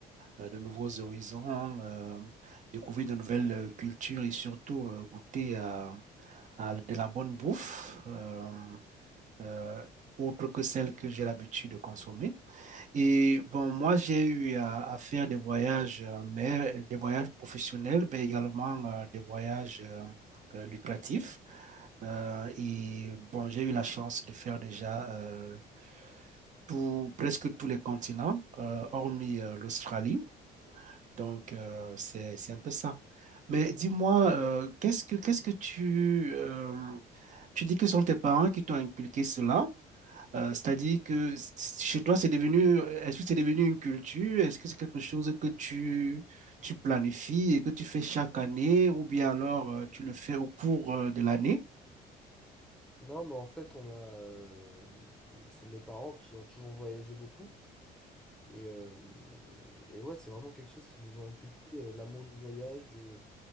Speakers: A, on the right; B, in the centre.
A: euh, de nouveaux horizons, euh, découvrir de nouvelles euh, cultures et surtout euh, goûter à, à, de la bonne bouffe euh, euh, autre que celle que j'ai l'habitude de consommer. Et bon, moi, j'ai eu à, à, faire des voyages, euh, mais des voyages professionnels, mais également euh, des voyages euh, euh, lucratifs. Euh, et bon, j'ai eu la chance de faire déjà euh, tout, presque tous les continents, euh, hormis euh, l'Australie. Donc, euh, c'est, c'est un peu ça. Mais dis-moi, euh, qu'est-ce que, qu'est-ce que tu, euh, tu dis que sont tes parents qui t'ont inculqué cela? Euh, c'est-à-dire que c- chez toi, c'est devenu, euh, est-ce que c'est devenu une culture? Est-ce que c'est quelque chose que tu, tu planifies et que tu fais chaque année ou bien alors euh, tu le fais au cours euh, de l'année?
B: Non, mais en fait, on a... euh, c'est mes parents qui ont toujours voyagé beaucoup. Et, euh, et ouais, c'est vraiment quelque chose qui nous ont inculqué, euh, l'amour du voyage, de,